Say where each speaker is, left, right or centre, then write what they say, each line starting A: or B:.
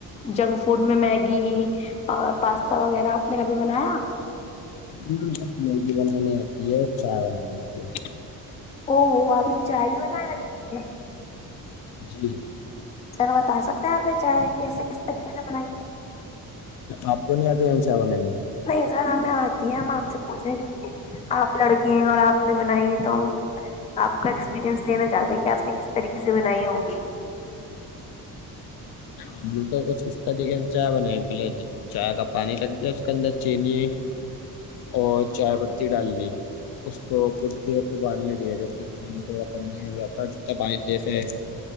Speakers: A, on the left (about 20°); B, on the left (about 70°).
A: جنک فوڈ میں میگی اور پاستا وغیرہ آپ نے کبھی بنایا
B: ہ بس میگی بنانانی آتی ہے اور چائے بنانی آتی ہے
A: او ہو آپ نے چائے ہی بنا رکھی ہے
B: جی
A: سر بتا سکتے ہیں آپ یہ چائے کیسے کس طریقے سے بنائیں گے
B: اپ کو نہی آتی چائے بناتی
A: نہیں سر ہمیں آتی ہے ہم آپ سے پوچھیں گے آپ لڑکی ہیں اور آپ نے بنائی ہے تو آپ کا ایکسپیریئنس لینا چاہتے ہیں کہ آپ نے کس طریقے سے بنائی ہوگی
B: ہم نے تو کچھ اس طریقے سے چائے بنائی پہلے جب چائے کا پانی لگ دیا اس کے اندر چینی اور چائے پتی ڈال دی اس کو کچھ دیر ابال ل رہیا جب تک پانی تھوڑا کم نہیں ہو جاتاب جیسے